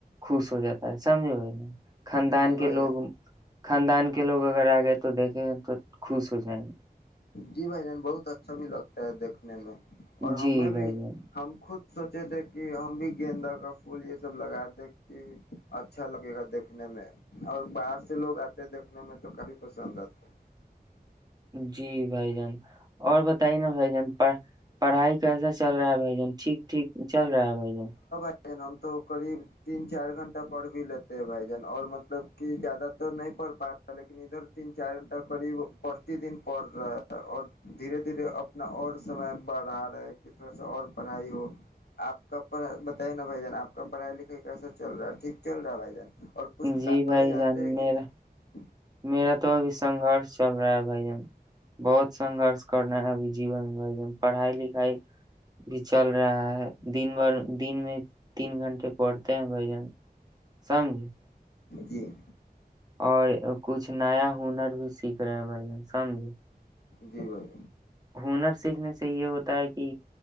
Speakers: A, on the right; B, on the left.
A: خوش ہو جاتا ہے سمجھے ب ن خاندان
B: جی بھائی
A: کے لوگ
B: جان
A: خاندان کے لوگ اگر آ گئے تو دیکھیں گے تو خوش ہو جائیں گے
B: جی بھ ج بہت اچھا بھی لگتا ہے دیکھ اور ہمیں
A: جی بھائی
B: بھی
A: جان
B: ہم خود سوچے تھے کہ ہم بھی گیندا کا پھول یہ سب لگا دیں کہ اچھا لگے گا دیکھنے میں اور باہر سے لوگ آتے دیکھنے میں تو کافی پسند آتے
A: جی بھائی جان اور بتائی نا بھائی جان پ پڑھائی کیسا چل رہا ہے بھائی جان ٹھیک ٹھیک چل رہا ہے بھائی جن
B: ن ہم تو قیب تین چار گھنٹہ پڑھ بھی لیتے ہیں بھائی جن اور مطلب کی زیادہ ت نہیں پڑھ پا رہے لیکن ادھر تین چار گھنٹہ قریب پرتی دن پڑھ رہا ہے اور دھیرے دھیرے اپنا اور سمے بڑھا رہے تھوڑا سا اور پڑھائی ہو آپ کا پڑھائی بتائی نا بھائی جان آپ کا پڑھائی لکھائی کیسا چل رہا ہے ٹھیک چل رہا ہے بھائی جان اور پستکالے
A: جی بھائی
B: جاتے
A: جان
B: ہیں
A: میرا
B: کہ نہیں
A: میرا تو ابھی سنگرش چل رہا ہے بھائی جان بہت سنگرش کرنا ہے ابھی جیون میں بھ ج پڑھائی ل ھائی بھی چل رہا ہے دن بھر دن میں تین گھنٹے پڑتے ہیں بھائی جان سمجھ
B: جی
A: اور کچھ نیا ہنر بھی سیکھ رہے ہیں بھائی جن سمجے
B: جی بھائی
A: ہنر سیکھنے سے یہ ہوتا ہے کہ